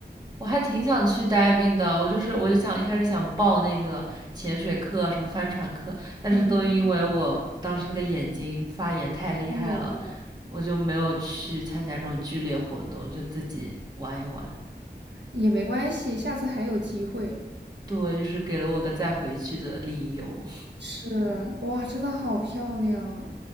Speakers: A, on the right; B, on the right.
A: 我还挺想去 diving 的，我就是我就想一开始想报那个潜水课啊、什么帆船课，但是都因为我当时那个眼睛发炎太厉害了，
B: 嗯，太远了。
A: 我就没有去参加这种剧烈活动，就自己玩一玩。
B: 也没关系，下次还有机会。
A: 对，就是给了我个再回去的理由。
B: 是，哇，真的好漂亮啊